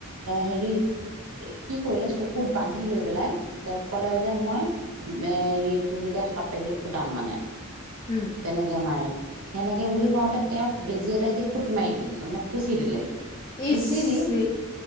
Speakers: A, on the right; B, on the left.
A: হেৰি কি কৰিলে চকুত বান্ধি লৈ পেলাই তেওঁক কলে যে মই এ ৰিতু কেইটা সাপেদি খুটাম মানে
B: উম,
A: তেনেকে মাৰিম সেনেকে বুলি কওঁতে তেওঁক বেজী এটাই দি খুট মাৰি দিলে মানে খুচি দিলে খুচি
B: ইছ
A: দি
B: ছিঃ